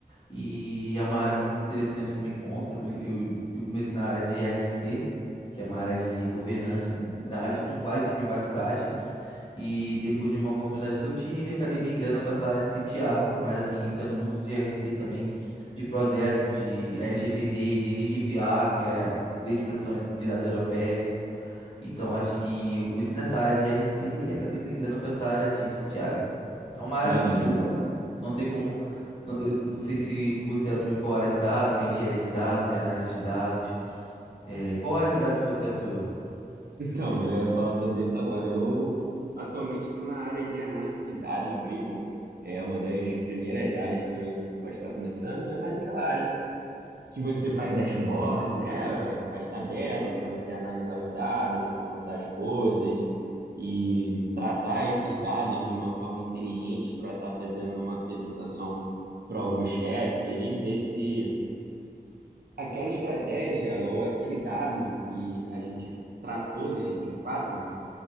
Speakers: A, on the left; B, on the right.
A: E é uma área muito interessante que eu me encontro. Eu, me- eu eu comecei na área de G r c que é uma área de governança, com- da área de compliance de privacidade. E depois de uma oportunidade que eu tive, acabei migrando para essa área de CTI, mas assim, entendo muito de GRC também, de projeto, de LGPD, de GDPR, que é Lei de Proteção de Dados Europeias. Então, acho que eu comecei nessa área de GRC e acabei migrando para essa área de CTI. Então, é uma área
B: Maneiro.
A: muito boa. Não sei como. não- Eu não sei se você atua em qual área de dados, se é engenharia de dados, se é análise de dados. É, em qual área de dados você atua?
B: Então, eu ia falar sobre isso agora. Eu atualmente estou na área de análise de dados mesmo. É uma das primeiras áreas que você pode estar começando. É mais aquela área que você faz dashboard, né? Faz tabela para você analisar os dados, como estão as coisas, e tratar esses dados de uma forma inteligente para estar fazendo uma apresentação para algum chefe e ver se aquela estratégia ou aquele dado que a gente tratou, né, de fato